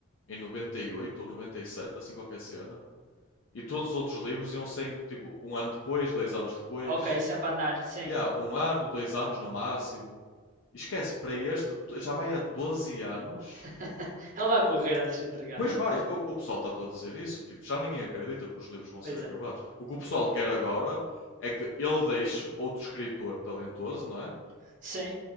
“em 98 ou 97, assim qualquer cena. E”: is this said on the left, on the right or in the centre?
Left